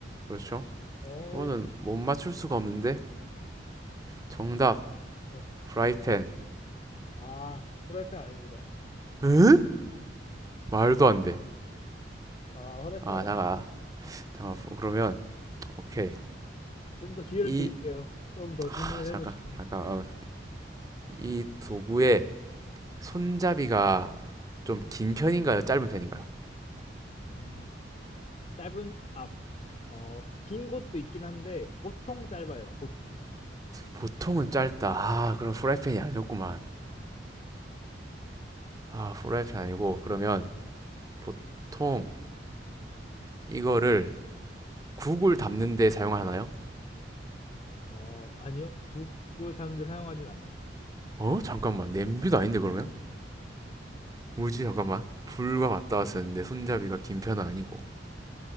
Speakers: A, on the right; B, on the left.
A: 그렇죠?
B: 어,
A: 이거는
B: 예.
A: 못 맞출 수가 없는데. 정답,
B: 네.
A: 프라이팬.
B: 아, 후라이팬 아닙니다.
A: 응? 말도 안 돼.
B: 아, 후라이팬
A: 아,
B: 아니.
A: 잠깐. 잠깐, 어, 그러면, 오케이.
B: 좀더 기회를
A: 이,
B: 드릴게요. 좀 더
A: 아,
B: 질문을
A: 잠깐,
B: 해보시죠.
A: 잠깐. 어, 이 도구의 손잡이가 좀 긴 편인가요? 짧은 편인가요?
B: 음, 짧은 앞. 어, 긴 곳도 있긴 한데 보통 짧아요. 보통.
A: 보통은 짧다. 아, 그럼 프라이팬이 아니었구만. 아, 프라이팬 아니고 그러면 보통 이거를 국을 담는데 사용하나요?
B: 어, 아니요. 9 9 3자 사용하진 않아요.
A: 어? 잠깐만. 냄비도 아닌데 그러면? 뭐지? 잠깐만. 불과 맞닿아 쓰는데 손잡이가 긴 편은 아니고.